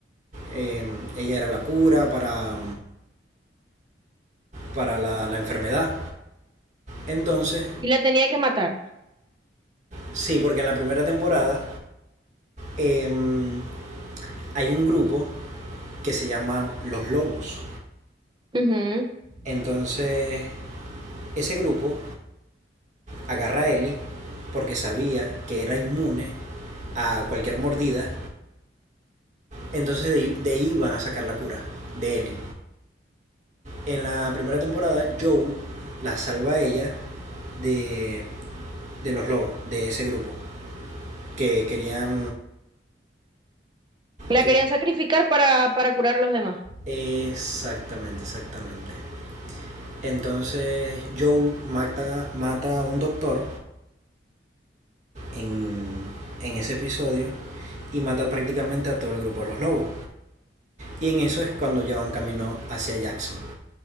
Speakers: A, on the right; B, on the right.
A: eh, ella era la cura para, para la, la enfermedad. Entonces,
B: Y la tenía que matar.
A: sí, porque en la primera temporada em, hay un grupo que se llaman Los Lobos.
B: Ujú.
A: Entonces, ese grupo agarra a Ellie porque sabía que era inmune a cualquier mordida. Entonces, de, de ahí van a sacar la cura de Ellie. En la primera temporada, Joel la salva a ella de, de los lobos, de ese grupo, que querían...
B: La
A: que-
B: querían sacrificar para, para curar a los demás.
A: Exactamente, exactamente. Entonces Joel mata, mata a un doctor en, en ese episodio y mata prácticamente a todo el grupo de los lobos. Y en eso es cuando ya van camino hacia Jackson.